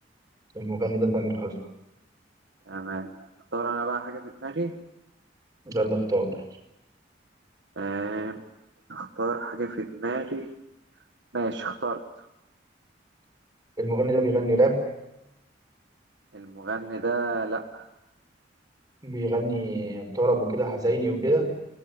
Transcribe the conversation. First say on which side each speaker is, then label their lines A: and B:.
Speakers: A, on the right; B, on the right.
A: المغني ده تامر حسني
B: أنا اختار أنا بقى حاجة في دماغي
A: يلا اختار
B: آم، اختار حاجة في دماغي ماشي اخترت
A: المغني ده بيغني راب
B: المغني ده لأ
A: بيغني طرب وكده حزيني وكده